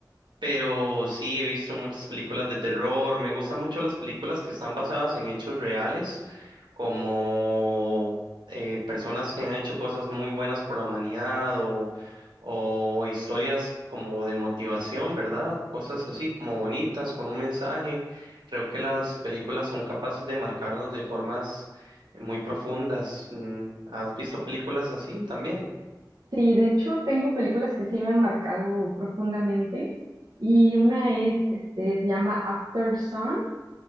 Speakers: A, on the right; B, on the right.
A: pero sí, he visto muchas películas de terror. Me gustan mucho las películas que están basadas en hechos reales, como eh, personas que han hecho cosas muy buenas por la humanidad o, o historias como de motivación, ¿verdad? Cosas así como bonitas, con un mensaje. Creo que las películas son capaces de marcarnos de formas eh, muy profundas. Mm, ¿Has visto películas así también? <laughs>
B: Sí, de hecho tengo películas que sí me han marcado profundamente y una es, este, se llama After Sun.